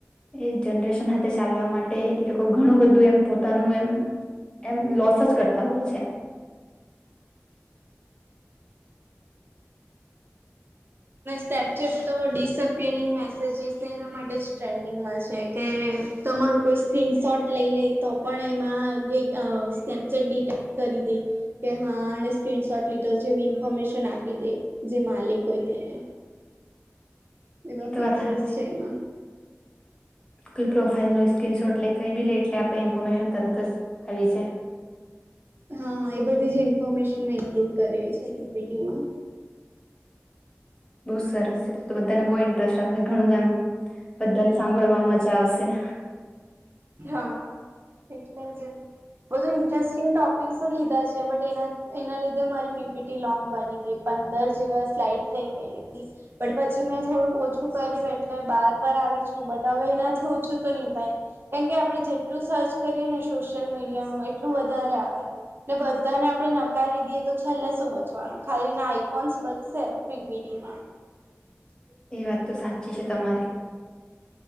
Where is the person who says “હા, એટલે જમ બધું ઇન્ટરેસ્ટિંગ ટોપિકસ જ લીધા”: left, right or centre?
Right